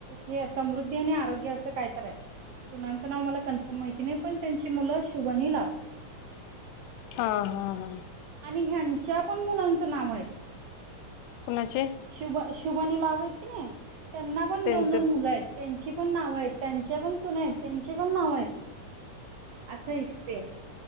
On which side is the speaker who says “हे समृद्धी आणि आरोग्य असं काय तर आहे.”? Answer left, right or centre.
Right